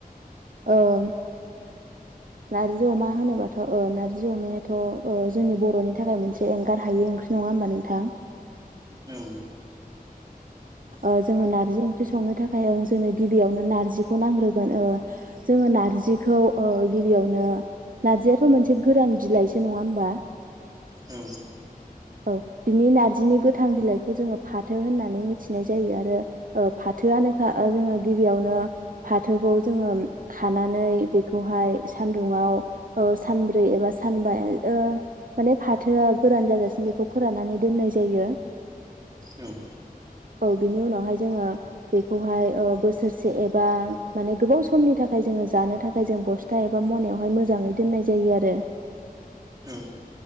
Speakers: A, on the right; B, on the right.
A: औ नारजि अमा होनोबाथ ओ नारजि अमायाथ जोंनि बरनि थाखाय मोनसे एंगार हायि ओंख्रि नङा होमबा नोंथां
B: औ
A: औ जोङो नारजि ओंख्रि संनो थाखाय ओं जोंनो गिबियावनो नारजिखौ नांग्रोगोन ओ‌ जोङो नारजिखौ गिबियावनो नारजियाथ मोनसे गोरान बिलाइसो नङा होमबा
B: औ
A: औ बिनि नारजिनि गोथां बिलाइखौ जोङो फाथो होननानै मोनथिनाय जायो आरो ओ फाथोआनोखा जोंङो गिबियावनो जोङो फाथोखौ ओङो खानानै नानै बेखौहाय सान्दुंङाव ओ सानब्रै एबा सानबा ओ माने फाथोआ गोरान जाजासिम बेखौ फोराननानै दोननाय जायो
B: औ
A: औ बिनि उनावहाय जोङो बेखौहाय बोसोरसे एबा माने गोबाव समनि थाखाय जोङो जानो थाखाय जों बस्था एबा मनायावहाय मोजाङै दोननाय जायो आरो
B: औ